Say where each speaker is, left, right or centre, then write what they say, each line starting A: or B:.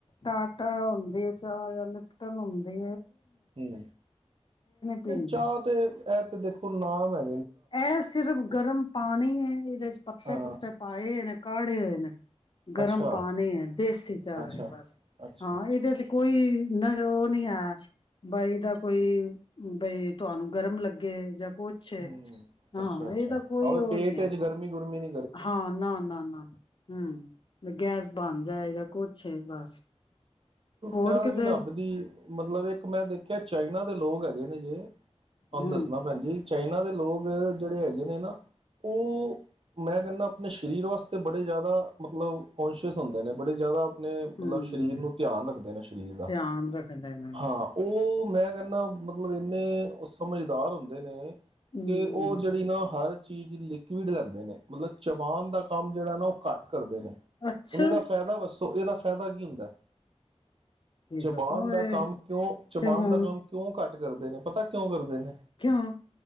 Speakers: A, on the left; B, on the right.
A: ਟਾਟਾ ਹੁੰਦੀ ਆ ਚਾਹ ਵਾਲੀ <unintelligible> ਹੁੰਦੇ
B: ਹੂੰ,
A: ਪੀਂਦੇ
B: ਨਹੀਂ ਚਾਹ ਤੇ। ਇਹ ਤੇ ਦੇਖੋ ਨਾਮ ਹੈ
A: ਇਹ ਸਿਰਫ ਗਰਮ ਪਾਣੀ ਹੈ ਇਹਦੇ ਚ ਪੱਤੇ
B: ਹਾਂ
A: ਪੁੱਤੇ ਪਾਏ ਇਹਨੇ ਕਾੜੇ ਹੋਏ ਨੇ। ਗਰਮ
B: ਅੱਛਾ
A: ਪਾਣੀ ਹੈ ਦੇਸੀ ਚਾਹ
B: ਅੱਛਾ
A: ਹੈ ਬਸ
B: ਅੱਛਾ
A: ਹਾਂ
B: ਅੱਛਾ
A: ਇਹਦੇ ਚ ਕੋਈ ਨ ਉਹ ਨੀ ਹੈ ਬਾਈ ਤਾਂ ਕੋਈ ਬਈ ਤੁਹਾਨੂੰ ਗਰਮ ਲੱਗੇ ਜਾਂ ਕੁਛ।
B: ਹੂੰ
A: ਹਾਂ
B: ਅੱਛਾ ਅੱਛਾ
A: ਇਹਦਾ ਕੋਈ
B: ਆਹੋ
A: ਉਹ
B: ਤੇਜ
A: ਨੀ
B: ਤੁੱਜ
A: ਹੈ
B: ਗਰਮੀ ਗੁਰਮੀ ਨ
A: ਹਾਂ ਨਾ ਨਾ ਨਾ ਹੂੰ ਗੈਸ ਬਣ ਜਾਏ ਜਾਂ ਕੁਛ। ਬਸ। ਹੋਰ
B: ਕਿਆ
A: ਕਿਤੇ
B: ਵੀ ਰੱਬ ਦੀ ਮਤਲਬ ਇੱਕ ਮੈਂ ਦੇਖਿਆ ਚਾਈਨਾ ਲੋਕ ਹੈਗੇ ਨੇ ਜੇ। ਤੁਹਾਨੂੰ
A: ਹੂੰ
B: ਦੱਸਣਾ ਭੈਣ ਜੀ ਚਾਈਨਾ ਦੇ ਲੋਕ ਜਿਹੜੇ ਹੈਗੇ ਨੇ ਨਾ ਉਹ ਮੈਂ ਕਹਿੰਦਾ ਆਪਣੇ ਸਰੀਰ ਵਾਸਤੇ ਬੜੇ ਜ਼ਿਆਦਾ ਮਤਲਬ ਕੋਂਸ਼ੀਅਸ ਹੁੰਦੇ ਨੇ ਬੜੇ ਜ਼ਿਆਦਾ ਆਪਣੇ ਮਤਲਬ
A: ਹੂੰ
B: ਸਰੀਰ ਨੂੰ। ਧਿਆਨ ਰੱਖਦੇ ਨੇ ਸਰੀਰ ਦਾ
A: ਧਿਆਨ ਰੱਖਦੇ ਨੇ
B: ਹਾਂ ਉਹ ਮੈਂ ਕਹਿੰਦਾ ਮਤਲਬ ਇੰਨੇ ਸਮਝਦਾਰ ਹੁੰਦੇ ਨੇ
A: ਹੂੰ
B: ਕਿ ਉਹ ਜਿਹੜੀ ਨਾ ਹਰ ਚੀਜ਼ ਲਿਕੁਵਿਡ ਲੈਂਦੇ ਨੇ ਮਤਲਬ ਚਬਾਨ ਦਾ ਕੰਮ ਜਿਹੜਾ ਨਾ ਉਹ ਘੱਟ ਕਰਦੇ ਨੇ
A: ਅੱਛਾ
B: ਹੁਣ ਇਹਦਾ ਫਾਇਦਾ ਵੱਸੋ ਇਹਦਾ ਫਾਇਦਾ ਕੀ ਹੁੰਦਾ।
A: ਕੀ
B: ਚਬਾਨ
A: ਪਤਾ ਹੋਏ
B: ਦਾ ਕੰਮ ਕਿਉਂ ਚਬਾਨ
A: ਤੇ ਹੁਣ
B: ਦਾ ਕੰਮ ਕਿਉਂ ਘੱਟ ਕਰਦੇ ਨੇ ਪਤਾ ਕਿਉਂ ਕਰਦੇ ਨੇ
A: ਕਿਉਂ।